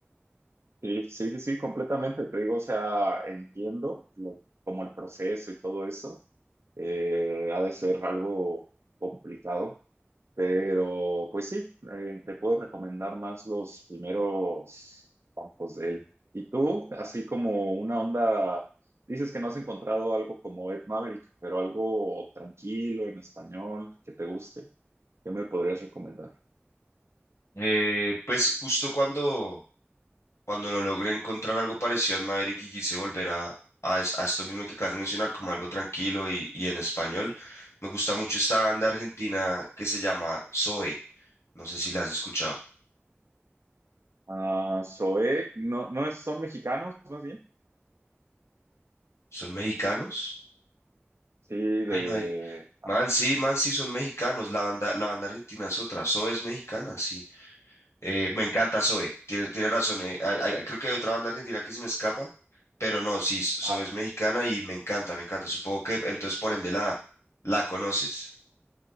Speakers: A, on the right; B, on the left.
A: sí, sí, sí, completamente, te digo, o sea, entiendo lo- como el proceso y todo eso, eh, ha de ser algo complicado Pero, pues sí, eh, te puedo recomendar más los primeros campos de él. Y tú, así como una onda, dices que no has encontrado algo como Ed Maverick, pero algo tranquilo en español que te guste. ¿Qué me podrías recomendar?
B: Eh, pues justo cuando, cuando no logré encontrar algo parecido a Maverick y quise volver a, a, es- a esto mismo que acabas de mencionar, como algo tranquilo y, y en español, me gusta mucho esta banda argentina que se llama Zoe. No sé si la has escuchado.
A: Ah, Zoé, no, no es- son mexicanos, más bien.
B: ¿Son mexicanos?
A: Sí, de.
B: Ay, may- man, sí, man, sí, son mexicanos. La banda, la banda argentina es otra. Zoe es mexicana, sí. Eh, me encanta Zoe, tiene, tiene razón. eh, hay- hay- creo que hay otra banda argentina que se me escapa, pero no, sí, Zoe
A: Ajá.
B: es mexicana y me encanta, me encanta. Supongo que entonces por ende la, la conoces.